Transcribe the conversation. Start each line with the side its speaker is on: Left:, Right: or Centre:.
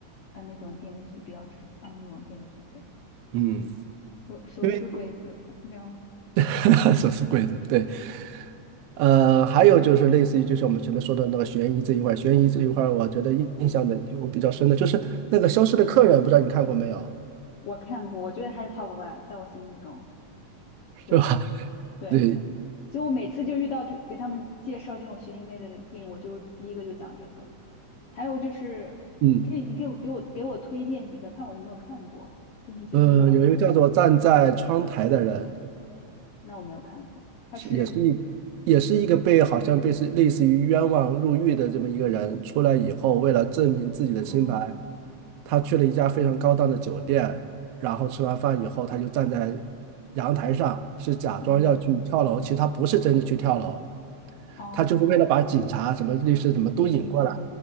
Left: 啊那种电视剧比较吃啊那种电视剧对，
Right: 嗯，
Left: 手手撕鬼子这样子，
Right: 因为 <laughs> 手是鬼子？对，呃，还有就是类似于就是我们前面说的那个悬疑这一块儿，悬疑这一块儿，我觉得印印象的我比较深的就是那个《消失的客人》，不知道你看过没有，
Left: 我看过，我觉得还是 top one，在我心目中，对
Right: 是吧？<laughs>
Left: 对。
Right: 对，
Left: 就我每次就遇到他给他们介绍这种悬疑类的电影，我就第一个就讲这个。还有就是，
Right: 嗯，
Left: 你可以，你可以给我给我推荐几个，看我有没有看过，就你觉得比较好看。
Right: 呃，有一个叫做站在窗台的人，
Left: 那我没有看过，它是，
Right: 是也是一也是一个被好像被是类似于冤枉入狱的这么一个人，出来以后，为了证明自己的清白，
Left: 嗯
Right: 他去了一家非常高档的酒店，然后吃完饭以后，他就站在阳台上，是假装要去跳楼，
Left: 嗯
Right: 其实他不是真的去跳楼，
Left: 哦，
Right: 他就是为了把警察、什么律师什么都引过来
Left: 吸引走，